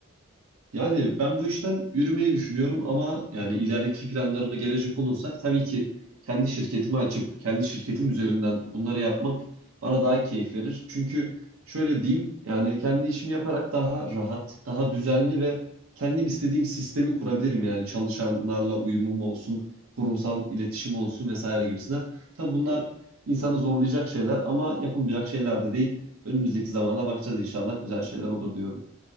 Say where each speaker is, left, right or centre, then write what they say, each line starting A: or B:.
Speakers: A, on the right; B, on the right.
A: Yani ben bu işten yürümeyi düşünüyorum ama yani
B: Hı hı.
A: ileriki planlarıma gelecek olursak tabii ki kendi şirketimi açıp kendi şirketim üzerinden bunları
B: Hı
A: yapmak
B: hı.
A: bana daha keyif verir. Çünkü şöyle diyeyim yani kendi işimi yaparak daha rahat, daha düzenli ve kendim istediğim sistemi kurabilirim. Yani çalışanlarla uyumum olsun, kurumsal iletişim olsun vesaire gibisinden. Tabii bunlar insanı zorlayacak şeyler ama yapılmayacak şeyler de değil. Önümüzdeki zamana bakacağız inşallah güzel şeyler olur diyorum.